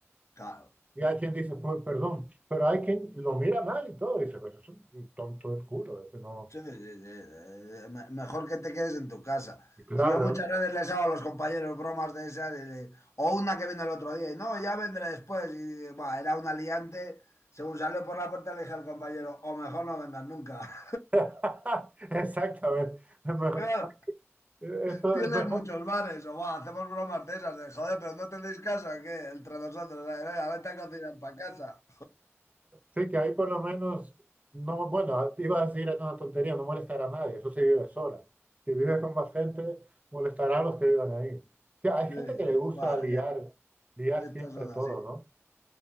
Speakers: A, on the left; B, on the right.
A: Claro.
B: Y hay quien dice, por perdón, pero hay quien lo mira mal y todo, y dice, pues es un tonto del culo, ese no.
A: Sí, sí, sí, eh, me- Mejor que te quedes en tu casa.
B: Y claro.
A: Si yo muchas veces les hago a los compañeros bromas de esas, y le- o una que vino el otro día, y no, ya vendré después. Y bah, era un aliante. Según salió por la puerta, le dije al compañero, o mejor no vendas nunca.
B: <laughs> Exactamente. Mejor,
A: Claro,
B: eso
A: tienes
B: es mejor.
A: muchos bares, o va, hacemos bromas de esas, de joder, pero no tenéis casa, que entre nosotros, eh, venga, vete a cocinar para casa.
B: Sí, que ahí por lo menos, no, bueno, iba a decir era una tontería, no molestar a nadie, eso sí vive sola. Si vive con más gente, molestará a los que vivan ahí. O sea, hay
A: Sí,
B: gente que
A: sí,
B: le gusta
A: va,
B: liar,
A: ya,
B: liar
A: estos
B: siempre
A: son
B: todo,
A: así.